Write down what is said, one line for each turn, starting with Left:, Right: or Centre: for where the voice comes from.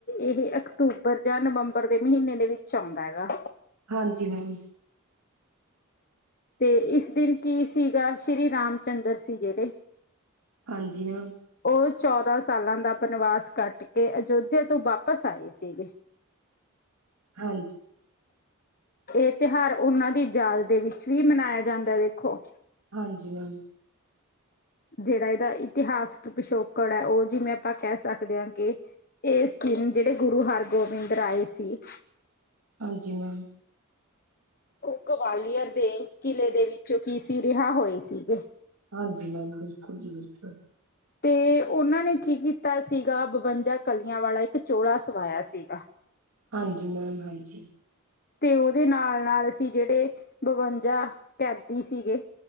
Left: ਇਹ ਅਕਤੂਬਰ ਜਾਂ ਨਵੰਬਰ ਦੇ ਮਹੀਨੇ ਦੇ ਵਿੱਚ ਆਉਂਦਾ ਹੈਗਾ।
Right: ਹਾਂਜੀ ਮੈਮ।
Left: ਤੇ ਇਸ ਦਿਨ ਕੀ ਸੀਗਾ ਸ਼੍ਰੀ ਰਾਮ ਚੰਦਰ ਸੀ ਜਿਹੜੇ
Right: ਹਾਂਜੀ ਮੈਮ
Left: ਉਹ ਚੌਦਾਂ ਸਾਲਾਂ ਦਾ ਬਨਵਾਸ ਕੱਟ ਕੇ ਅਯੋਧਿਆ ਤੋਂ ਵਾਪਿਸ ਆਏ ਸੀਗੇ
Right: ਹਾਂਜੀ
Left: ਇਹ ਤਿਉਹਾਰ ਉਹਨਾਂ ਦੀ ਯਾਦ ਦੇ ਵਿੱਚ ਵੀ ਮਨਾਇਆ ਜਾਂਦਾ ਦੇਖੋ
Right: ਹਾਂਜੀ ਮੈਮ
Left: ਜਿਹੜਾ ਇਹਦਾ ਇਤਿਹਾਸ ਪਿਛੋਕੜ ਹੈ ਉਹ ਜਿਵੇਂ ਆਪਾਂ ਕਹਿ ਸਕਦੇ ਹਾਂ ਕਿ ਇਸ ਦਿਨ ਜਿਹੜੇ ਗੁਰੂ ਹਰਗੋਬਿੰਦ ਰਾਏ ਸੀ
Right: ਹਾਂਜੀ ਮੈਮ
Left: ਉਹ ਗਵਾਲੀਅਰ ਦੇ ਕਿਲ੍ਹੇ ਦੇ ਵਿੱਚੋਂ ਕੀ ਸੀ ਰਿਹਾ ਹੋਏ ਸੀਗੇ
Right: ਹਾਂਜੀ ਮੈਮ ਬਿਲਕੁਲ ਜੀ ਬਿਲਕੁਲ
Left: ਤੇ ਉਹਨਾਂ ਨੇ ਕੀ ਕੀਤਾ ਸੀਗਾ ਬਵੰਜਾ ਕਲੀਆਂ ਵਾਲਾ ਇੱਕ ਚੌਲਾਾ ਸਵਾਇਆ ਸੀਗਾ
Right: ਹਾਂਜੀ ਮੈਮ ਹਾਂਜੀ
Left: ਤੇ ਉਹਦੇ ਨਾਲ ਨਾਲ ਅ ਸੀ ਜਿਹੜੇ ਬਵੰਜਾ ਕੈਦੀ ਸੀਗੇ